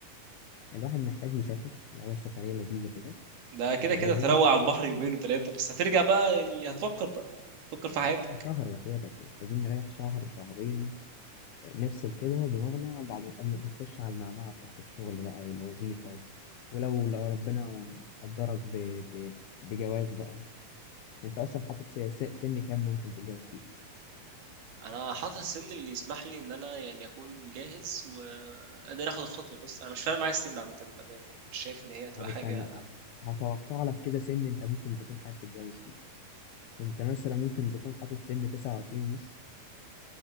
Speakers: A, on the left (about 80°); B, on the right (about 85°).
A: الواحد محتاج يسافر الاول سفرية لذيذة كده
B: ده كده
A: ده
B: كده
A: لازم
B: تروق على البحر يومين وثلاثة بس هترجع بقى يعني هتفكر بقى تفكر في حياتك
A: شهر وحياتك محتاجين نريح شهر شهرين نفصل كده دماغنا بعد ما قبل ما تخش على المعمعة بتاعة الشغل بقى والوظيفة ولو لو ربنا قدرك ب... ب... بجواز بقى انت اصلا حاطط س- س- سن كام ممكن تتجوز فيه
B: انا حاطط السن اللي يسمح لي ان انا يعني اكون جاهز وقادر اخد الخطوه بس انا مش فارق معايا السن عامه بامانه يعني مش شايف ان هي هتبقى
A: طب
B: حاجه
A: استنى أ- هتوقع لك كده سن انت ممكن تكون حابب تتجوز فيه انت مثلا ممكن تكون حاطط سن 29 ونص